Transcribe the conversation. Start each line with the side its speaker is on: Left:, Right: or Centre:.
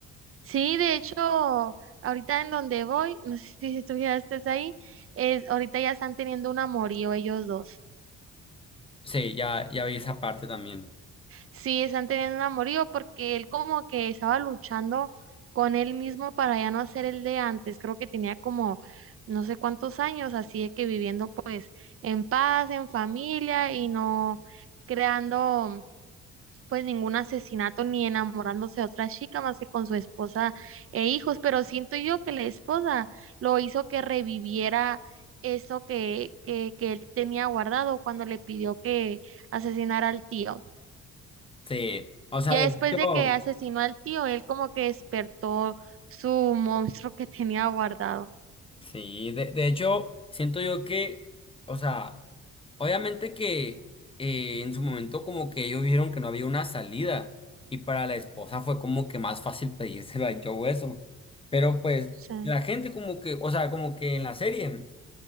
Right: Sí, de hecho, ahorita en donde voy, no sé si si tú ya estés ahí, es, ahorita ya están teniendo un amorío ellos dos.
Left: Sí, ya, ya vi esa parte también.
Right: Sí, están teniendo un amorío porque él como que estaba luchando con él mismo para ya no ser el de antes. Creo que tenía como no sé cuántos años, así de que viviendo pues en paz, en familia y no creando. pues ningún asesinato ni enamorándose de otra chica más que con su esposa e hijos, pero siento yo que la esposa lo hizo que reviviera eso que, que, que él tenía guardado cuando le pidió que asesinara al tío.
Left: Sí, o sea,
Right: Ya
Left: de
Right: después
Left: hecho,
Right: de que asesinó al tío, él como que despertó su monstruo que tenía guardado.
Left: sí, de, de hecho, siento yo que, o sea, Obviamente que eh, en su momento como que ellos vieron que no había una salida y para la esposa fue como que más fácil <laughs> pedírselo a Joe eso. Pero pues
Right: Sí,
Left: la gente como que, o sea, como que en la serie